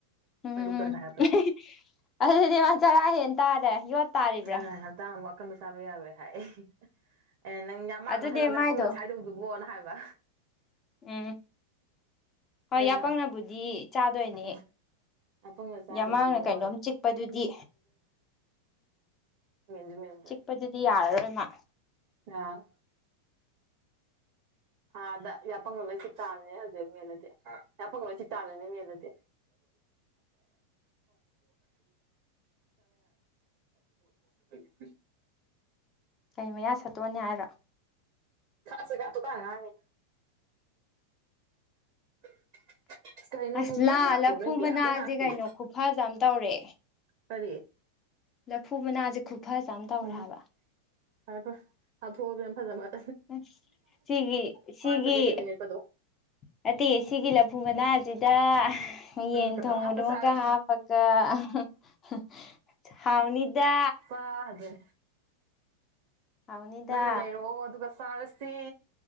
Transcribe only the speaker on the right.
ꯑꯩꯈꯣꯏ ꯗꯣꯛꯇꯔꯅ ꯍꯥꯏꯔꯛꯄꯗ
ꯑꯗ ꯍꯞꯇ ꯑꯃꯨꯛ ꯑꯀꯟꯕ ꯆꯥꯕ ꯌꯥꯔꯣꯢ ꯍꯥꯏ <unintelligible> ꯑꯩꯅ ꯅꯪ ꯌꯥ ꯃꯥꯡꯅ
ꯁꯥꯏꯗꯧ ꯌꯥꯄꯪꯅ
ꯁꯥꯏꯗꯧꯗꯨꯕꯣꯅ ꯍꯥꯏꯕ
ꯀꯩꯅꯣ
ꯎꯝ ꯌꯥꯄꯪꯅ ꯆꯥꯗꯣꯏꯗꯨꯕꯣꯅ
ꯃꯦꯟꯁꯨ ꯃꯦꯟꯗ꯭ꯔꯦ
ꯉꯔꯥꯡ ꯑꯥꯗ ꯌꯥꯄꯪ ꯂꯣꯏ ꯆꯤꯛꯇꯅꯤꯅꯦ ꯍꯧꯖꯤ ꯃꯦꯜꯂꯗꯤ ꯌꯥꯄꯪ ꯂꯣꯏ ꯆꯤꯛ ꯇꯥꯅꯤꯅ ꯃꯦꯜꯂꯗꯤ <unintelligible> <unintelligible>
<unintelligible> ꯀꯩꯅꯣ
ꯅꯨꯡ ꯃꯩ
ꯂꯥꯛꯄ꯭ꯔꯣ
ꯅꯣꯏꯗꯤ
ꯃꯩ ꯂꯥꯛꯇꯤꯌꯦ
ꯀꯔꯤ
ꯎꯝ
ꯐꯔꯦ ꯐꯔꯦ ꯆꯥꯊꯣꯛꯎ ꯏꯕꯦꯝꯃ ꯐꯖꯃꯟ
ꯆꯕꯦꯠ ꯆꯕꯦꯠ ꯅꯦꯠꯄꯗꯣ
ꯎꯝ
ꯀꯩꯅꯣꯝ
ꯍꯥꯞꯄ ꯆꯥꯔꯅꯤ
ꯐꯥ ꯖꯩ
ꯅꯪꯅ ꯂꯩꯔꯛꯑꯣ ꯑꯗꯨꯒ ꯆꯥꯔꯁꯤ